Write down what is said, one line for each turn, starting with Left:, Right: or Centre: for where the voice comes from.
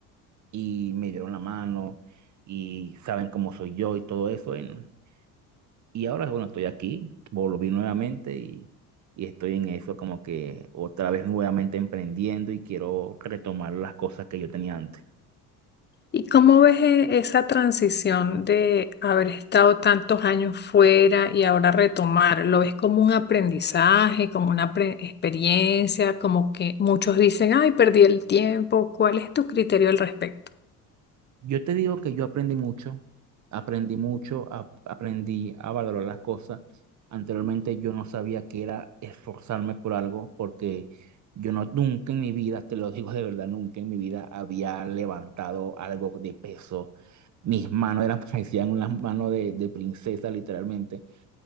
Right: y me dieron la mano y saben cómo soy yo y todo eso. y no. Y ahora, bueno, estoy aquí, volví nuevamente y, y estoy en eso como que otra vez nuevamente emprendiendo y quiero retomar las cosas que yo tenía antes.
Left: ¿Y cómo ves eh, esa transición de haber estado tantos años fuera y ahora retomar? ¿Lo ves como un aprendizaje, como una pre- experiencia, como que muchos dicen, ay, perdí el tiempo? ¿Cuál es tu criterio al respecto?
Right: Yo te digo que yo aprendí mucho, aprendí mucho, ap- aprendí a valorar las cosas. Anteriormente yo no sabía que era esforzarme por algo porque yo no, nunca en mi vida, te lo digo de verdad, nunca en mi vida había levantado algo de peso. Mis manos eran, <laughs> parecían unas manos de, de princesa, literalmente.